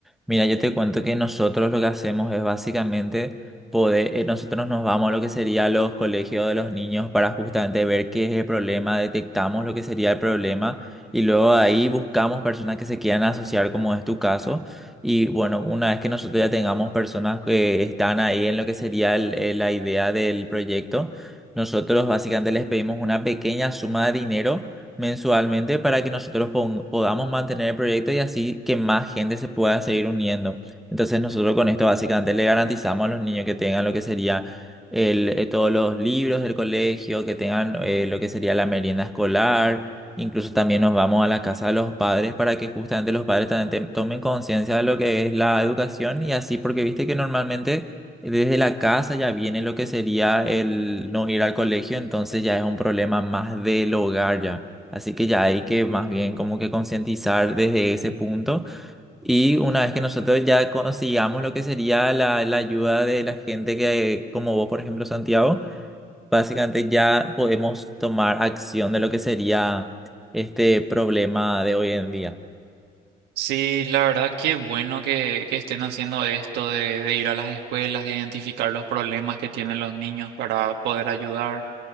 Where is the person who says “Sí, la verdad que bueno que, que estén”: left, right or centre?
Right